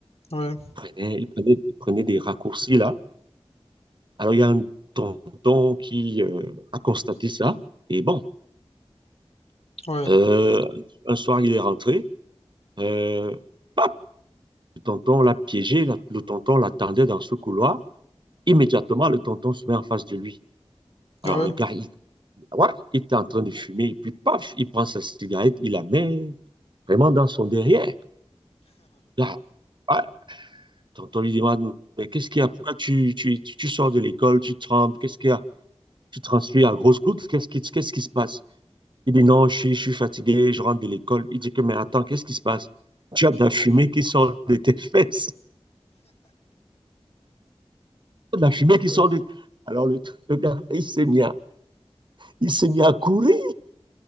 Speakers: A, on the left; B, on the right.
A: hmm, ouais,
B: Il prenait, il prenait, il prenait des raccourcis, là. Alors, il y a un tonton qui euh, a constaté ça. Et bon,
A: ouais,
B: euh, un soir, il est rentré. Euh, paf, le tonton l'a piégé. la- le tonton l'attendait dans ce couloir. Immédiatement, le tonton se met en face de lui. Alors,
A: ah ouais.
B: le gars, il, ouais, il était en train de fumer. Et puis, paf, il prend sa cigarette, il la met vraiment dans son derrière. Là, ouais, le tonton lui demande, mais qu'est-ce qu'il y a? Pourquoi tu, tu, tu, tu sors de l'école? Tu trembles? Qu'est-ce qu'il y a? Tu transpires à grosses gouttes? Qu'est-ce qui, qu'est-ce qui se passe? Il dit non, je suis, je suis fatigué, je rentre de l'école. Il dit que, mais attends, qu'est-ce qui se passe? Tu as de la fumée qui sort de tes <laughs> fesses. De la fumée qui
A: Ouais.
B: sort de... Alors le, <laughs> le gars, il s'est mis à, il s'est mis à courir,